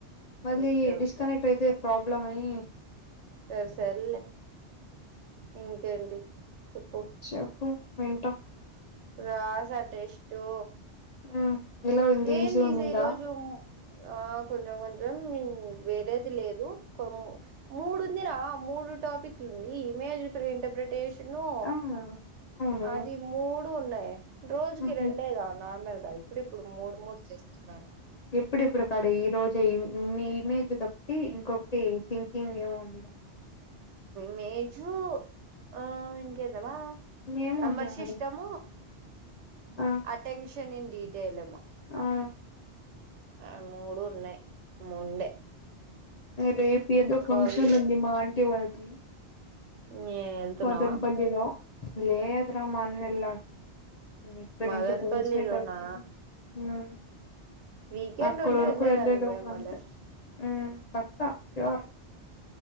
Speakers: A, on the left (about 50°); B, on the right (about 80°).
A: మళ్ళీ
B: ఓకే ఓకే
A: డిస్కనెక్ట్ అయితే ప్రాబ్లం అని
B: సరే సర్లే ఇంకేంటి చెప్పు
A: చెప్పు వింటా
B: రాస టెస్టు
A: హ ఎలా ఉంద
B: ఏంది
A: ఈజీ ఉనిందా
B: ఇది ఈరోజు ఆ కొంచెం కొంచెం వేరేది లేదు కొ మూడు ఎందిరా మూడు టాపిక్లుంది ఇమేజ్ ఇంటర్ప్రిటేషను
A: ఆ అవును
B: అది మూడు ఉన్నాయి రోజుకి
A: మ్మ్
B: రెండే గా నార్మల్ గా ఇప్పుడు మూడు మూడు చేస్తున్నారు
A: ఎప్పుడు ఇప్పుడు కాడ ఈ రోజు మీ ఇమేజ్ తట్టి ఇంకొకటి థింకింగ్ ఏం ఉంది
B: మేజు ఆ ఇంగెదబా
A: ఏమో
B: నెంబర్
A: ఉంది నాది
B: సిస్టం
A: ఆ
B: అటెన్షన్ ఇన్ డీటెయిల్ము
A: ఆ
B: ఆ మూడు ఉన్నాయి ముందే
A: రేపు ఏదో ఫంక్షన్
B: కాల్ చేసి
A: ఉంది మా ఆంటీ వాళ్ళది
B: ఏ వెళ్తున్నావా
A: మదనపల్లిలో లేదురా మా అన్న వెళ్ల ఇక్కడ
B: మదనపల్లిలోనా
A: నుంచి ప్లేస్మెంట్ వ
B: వీకెండ్
A: అక్కడ
B: ఉంటే
A: వరకు
B: వెళ్ళలేదాన్ని
A: వెళ్లే లోపు
B: మేములే
A: అంతే ఉ పక్కా షూర్